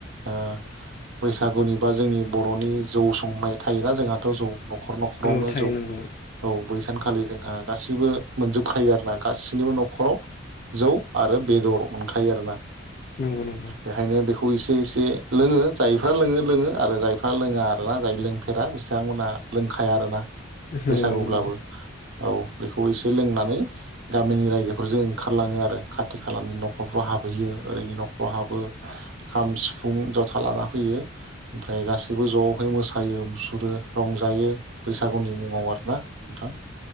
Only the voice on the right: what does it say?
ओ बैसागुनि बा जोंनि बर'नि जौ संनाय थायोना जोंहाथ' जौ न'खर <unintelligible> जौ
औ बैसानखालि जोंहा गासैबो मोनजोबखायो आरोना गासैनिबो न'खराव जौ आरो बेदर मोनखायो आरो ना।
बेखायनो बेखौ एसे एसे। लोङो जायफ्रा लोङो लोङो आरो जायफ्रा लोङा आरोना जाय लोंफेरा बिथांमोना लोंखा थाया आरोना।
बैसागुब्लाबो
औ। बेखौ एसे लोंनानै गामिनि रायजोफोरजों ओंखारलाङो आरो खाथि खालानि नखरफ्राव हाबहैयो ओरैनि न'खराव हाब <unintelligible> खाम सिफुं जथा लाना फैयो। ओमफ्राय गासैबो ज'आवहाय मोसायो मुसुरो रंजायो बैसागुनि मुङाव आरोना नोंथां